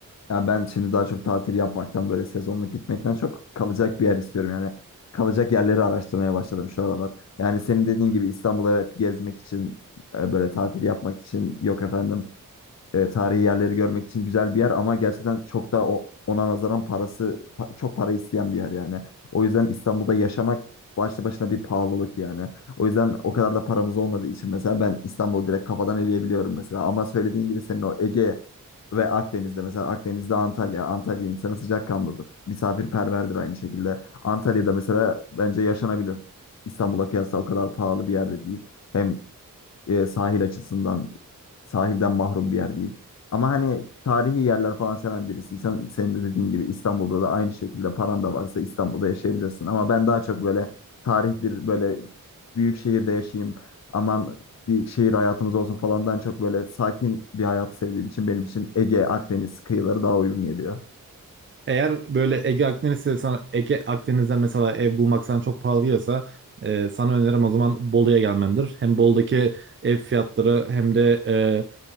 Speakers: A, on the left (about 50°); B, on the right (about 35°).
A: Ya ben şimdi daha çok tatil yapmaktan böyle sezonluk gitmekten çok kalacak bir yer istiyorum. Yani kalacak yerleri araştırmaya başladım şu aralar. Yani senin dediğin gibi İstanbul evet gezmek için e, böyle tatil yapmak için yok efendim e, tarihi yerleri görmek için güzel bir yer ama gerçekten çok da o, ona nazaran parası pa- çok para isteyen bir yer yani. O yüzden İstanbul'da yaşamak başlı başına bir pahalılık yani. O yüzden o kadar da paramız olmadığı için mesela ben İstanbul'u direkt kafadan eleyebiliyorum mesela. Ama söylediğin gibi senin o Ege ve Akdeniz'de mesela Akdeniz'de Antalya. Antalya insanı sıcakkanlıdır. Misafirperverdir aynı şekilde. Antalya'da mesela bence yaşanabilir. İstanbul'a kıyasla o kadar pahalı bir yerde değil. Hem e, sahil açısından sahilden mahrum bir yer değil. Ama hani tarihi yerler falan seven birisiysen senin de dediğin gibi İstanbul'da da aynı şekilde paran da varsa İstanbul'da yaşayabilirsin. Ama ben daha çok böyle tarihtir böyle büyük şehirde yaşayayım aman bir şehir hayatımız olsun falandan çok böyle sakin bir hayatı sevdiğim için benim için Ege, Akdeniz kıyıları daha uygun geliyor.
B: Eğer böyle Ege Akdeniz'de sana Ege Akdeniz'den mesela ev bulmak sana çok pahalı geliyorsa e, sana önerim o zaman Bolu'ya gelmendir. Hem Bolu'daki ev fiyatları hem de e,